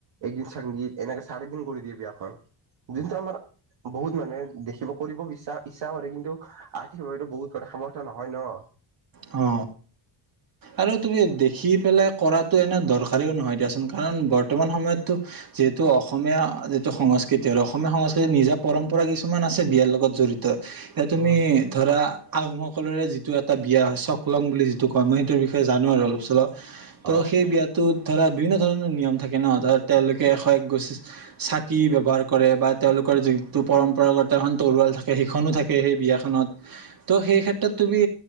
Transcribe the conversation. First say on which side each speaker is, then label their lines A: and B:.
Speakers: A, on the right; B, on the right.
A: এদিন সংগীত এনেকে চাৰিদিন কৰি দিয়ে বিয়াখন যোনটো আমাৰ বহুত মানে দেখিব কৰিব বিচছা ইচ্ছা কৰে কিন্তু আৰ্থিকভাৱেতো বহুত কথা সামৰ্থ নহয় ন।
B: অ। আৰু তুমি দেখি পেলাই কৰাতো এনে দৰকাৰীও নহয় দিয়াচোন কাৰণ বৰ্তমান সময়ততো যিহেতু অসমীয়া সংস্কৃতি আৰু অসমীয়া সংস্কৃতি নিজা পৰম্পৰা কিছুমান আছে বিয়াৰ লগত জড়িত। এ তুমি
A: উ
B: ধৰা আহোমসকলোৰে যিটো এটা বিয়া হয় চকলং বুলি যিটো কই মই টো বিষয়ে জানো আৰু অলপ চলপ ত'
A: অ
B: সেই বিয়াত তো ধৰা বিভিন্ন ধৰণৰ নিয়ম থাকে ন ধৰ তেওঁলোকে এশ একগছি চাকি ব্যৱহাৰ কৰে বা তেওঁলোকৰ য পৰম্পৰাগত এখন তৰুৱাল থাকে সেইখনো থাকে সে সেই বিয়াখনত তো সেই ক্ষেত্ৰত তুমি